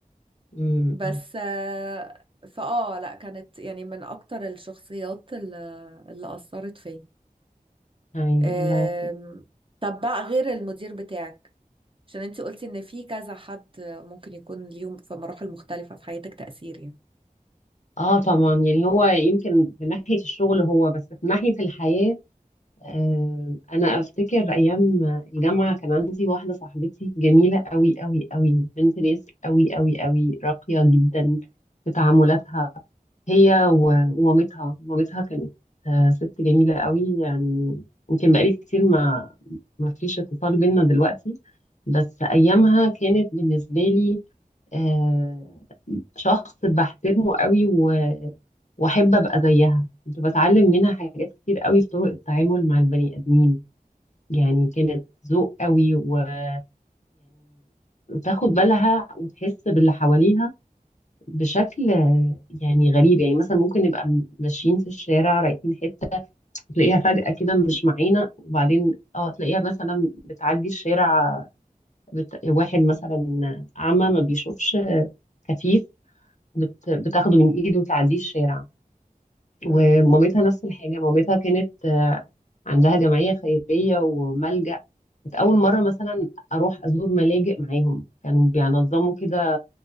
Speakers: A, on the left; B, on the right.
A: امم
B: بس آه، فآه لا كانت يعني من أكتر الشخصيات اللي, اللي أثرت فيا
A: ايوه
B: آم،
A: الله
B: طب بقى غير المدير بتاعك عشان انتي قلتي ان في كذا حد ممكن يكون ليهم في مراحل مختلفة في حياتك تأثير يعني
A: اه طبعا يعني هو يمكن في ناحية الشغل هو بس في ناحية الحياة آه انا افتكر ايام الجامعة كان عندي واحدة صاحبتي جميلة قوي قوي قوي بنت ناس قوي قوي قوي راقية جدا في تعاملاتها هي و- ومامتها مامتها كانت آه ست جميلة قوي يعني يمكن بقالي كتير ما ما فيش اتصال بينا دلوقتي بس ايامها كانت بالنسبة لي آه، شخص بحترمه قوي و... واحب ابقى زيها كنت بتعلم منها حاجات كتير قوي في طرق التعامل مع البني ادمين يعني كانت ذوق قوي ويعني تاخد بالها وتحس باللي حواليها بشكل يعني غريب يعني مثلا ممكن نبقى م- ماشيين في الشارع رايحين حته تلاقيها فجأة كده مش معانا وبعدين اه تلاقيها مثلا بتعدي الشارع بت... واحد مثلا أعمى ما بيشوفش كفيف بت... بتاخده من ايده وتعديه الشارع
B: مم.
A: ومامتها نفس الحاجة مامتها كانت آه، عندها جمعية خيرية وملجأ كنت أول مرة مثلا أروح أزور ملاجئ معاهم كانوا بينظموا كده